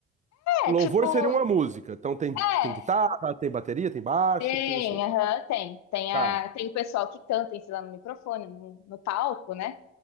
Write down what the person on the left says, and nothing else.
é, tipo,
é,
tem,
aham, tem. Tem,
a, tem o pessoal que canta em si lá no microfone, no, no palco, né?